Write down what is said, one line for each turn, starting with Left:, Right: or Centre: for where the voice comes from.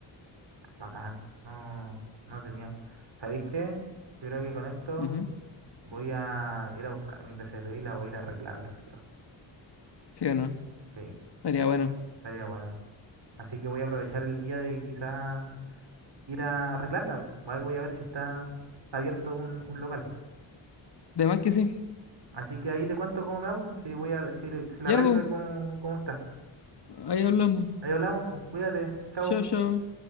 Right: Bacán. No, no tenía. ¿Sabéis qué? Yo creo que con esto
Left: Ujú.
Right: Voy a ir a buscar mi PCB y la voy a ir a arreglar al tiro.
Left: ¿Sí o no?
Right: Sí,
Left: Estaría bueno.
Right: estaría buena. Así que voy a aprovechar el día de quizá ir a arreglarla. po. A ver, voy a ver si está, está abierto un, un local.
Left: De más que sí.
Right: Así que ahí te cuento cómo me hago, si voy a, si, si la
Left: Ya,
Right: arreglo
Left: pues,
Right: y cómo, cómo está.
Left: ahí hablamos.
Right: Ahí hablamos, pues, cuídate, chao.
Left: Chao, chao.